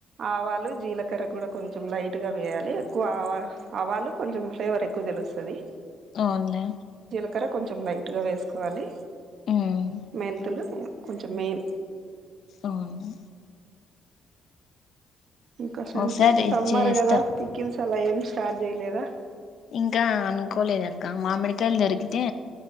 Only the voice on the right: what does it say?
ఆవాలు లు జీలకర్రా కొడ కొంచం లైటుగ వేయాలి కూ ఆవా ఆవాలు కొంచం ఫ్లేవరే ఎక్కువజలుస్ త్తది
క్కర కొంచెం లైట్గా వేసుకోవాలి
మెంతులు కొంచెం మెయిన్
ఇంకాశాంతి
సమ్మార్
కదా పికి అలా ఏమి స్టార్ట్ చేయలేదా